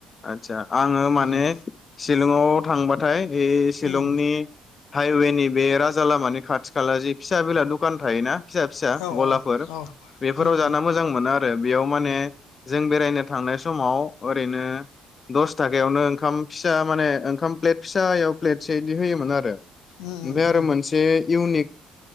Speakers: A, on the left (about 40°); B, on the left (about 80°).
A: आदसा आङो माने
B: उम
A: सिलंआव थांबा <unintelligible> बे सिलंनि
B: उम
A: हाइवेनि बे राजा लामानि खाथि खाला जिे फिसा बेला दखान फिसा फिसा
B: औ
A: गलाफोर
B: औ
A: बेफोराव
B: उम
A: जाना मोजां मोनो आरो बेयाव माने जों बेरायनो थांनाय समाव ओरैनो दस थाखायावनो ओंखाम फिसा माने ओंखाम प्लेट फिसायाव प्लेटसेयै बिदि होयोमोन आरो ओमफ्राय
B: उम उम
A: आरो
B: उम
A: मोनसे इउनिक